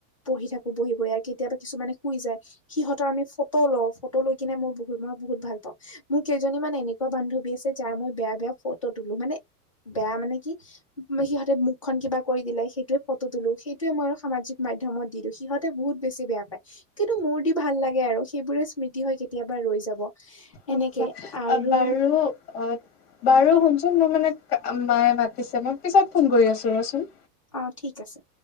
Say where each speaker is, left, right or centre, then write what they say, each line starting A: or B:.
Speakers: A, on the left; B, on the left.
A: পঢ়ি থাকো বহি বহি আৰু কেতিয়াবা কিছুমানে শুই যায়। সিহঁতৰ আমি ফটো লওঁ ফটো লৈ কিনে মই বহুত মই বহুত ভাল পাওঁ। মোৰ কেইজনীমান এনেকুৱা বান্ধৱী আছে যাৰ মই বেয়া বেয়া ফটো তোলো, মানে বেয়া মানে কি সিহঁতে মুখন কিবা কৰি দিলে সেইটোৱে ফটো তোলো, সেইটোৱে মই সামাজিক মাধ্যমত দি দিও, সিহঁত তে বহুত বেছি বেয়া পায়। কিন্তু মোৰ দি ভাল লাগে আৰু সেইবোৰে স্মৃতি হয় কেতিয়াবা ৰৈ যাব। এনেকে
B: আচ্ছা
A: আৰু
B: বাৰু অহ বাৰু শুনচোন মোৰ মানে মায়ে মাতিছে মই পিছত ফোন কৰি আছো ৰচোন।
A: অঁ ঠিক আছে।